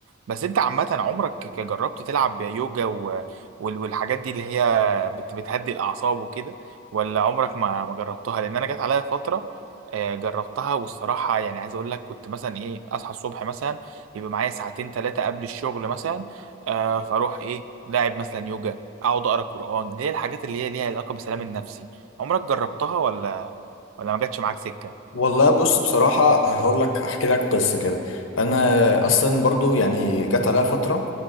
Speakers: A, on the right (about 85°); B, on the left (about 80°).
A: بس انت عامه عمرك ك- جربت تلعب يوجا و... وال- والحاجات دي اللي هي بت... بتهدي الاعصاب وكده ولا عمرك ما ما جربتها لان انا جت عليا فتره آه، جربتها والصراحه يعني عايز اقول لك كنت مثلا ايه اصحى الصبح مثلا يبقى معايا ساعتين ثلاثه قبل الشغل مثلا آه، فاروح ايه لاعب مثلا يوجا اقعد اقرا قران اللي هي الحاجات اللي هي ليها علاقه بالسلام النفسي عمرك جربتها ولا ولا ما جاتش معاك سكه
B: والله بص بصراحة هقول لك احكي لك قصة كده انا اصلا برضو يعني جت عليها فترة